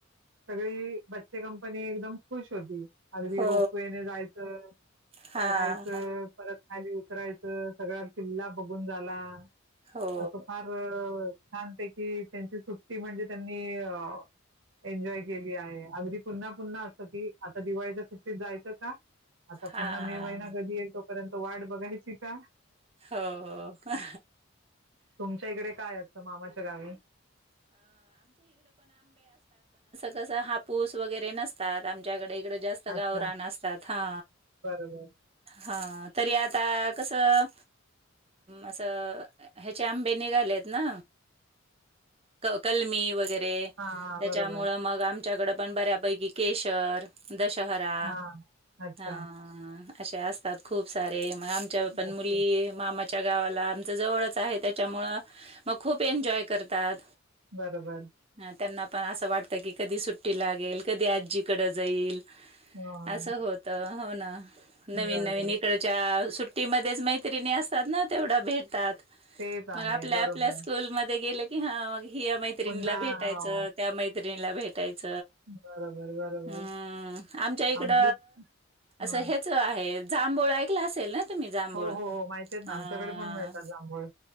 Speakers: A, on the right (about 70°); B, on the right (about 30°).
A: सगळी ब चे कंपनी एकदम खुश होती. अगदी
B: हो,
A: रोपवेेने जायचं,
B: हां,
A: चढायचं, परत खाली उतराय च सगळा किल्ला बघून झाला.
B: हो,
A: असं फार छानपैकी त्यांची सुट्टी म्हणजे त्यांनी अ एन्जॉय केली आहे, अगदी पुन्हा पुन्हा असं की आता दिवाळीच्या सुट्टीत जायचं का? आता
B: हां,
A: पुन्हा मे महिना कधी येतो परत वाढ बघायची. का?
B: हो हो.
A: तुमच्या इकडे काय असतं मामाच्या गावी?
B: कस हापूस वगैरे नसतात. आमच्याकडे कडे जास्त
A: अच्छा,
B: गावरान असतात हा.
A: बरोबर.
B: हा तरी आता कसं असं ह्याचे आंबे निघालेत ना कलमी वगैरे ते,
A: हा
B: त्याच्यामुळे
A: बरोबर.
B: मग आम च्याकड पण बऱ्यापैकी केशर दशहरा
A: हा. अच्छा.
B: हा. अशे असतात खूप सारे आमच्या पण
A: अच्छा.
B: मुली मामा च्या गावाला, आमच जवळच आहे त्याच्यामुळं मग खूप एन्जॉय करतात.
A: बरोबर.
B: हा त्यांना पण असं वाटतं की कधी सुट्टी लागेल, कधी आजीकडें जाईल.
A: हं.
B: असं होत, हो ना नवीन
A: बरोबर.
B: नवीन इकडच्या सु ट्टी मध्येच मैत्रिणी असतात ना तेवढ्या भेटतात.
A: तेच
B: मग
A: आहे.
B: आपल्या
A: बरोबर.
B: आपल्या स्कूलमध्ये गेलं की ह ह्या मैत्रिणीला
A: पुन्हा
B: भेटायचं
A: हो.
B: त्या मैत्री मैत्रिणीला भेट टायच,
A: बरोबर, बरोबर.
B: म् आमच्या इकड
A: आमची
B: अस
A: हां.
B: हेच आहे जांभुळ ऐकल असेल ना तुम्ही जांभूळ
A: हो हो हो माहितीेत ना
B: अ
A: आमच्याकडे पण मिळतात जांभूळ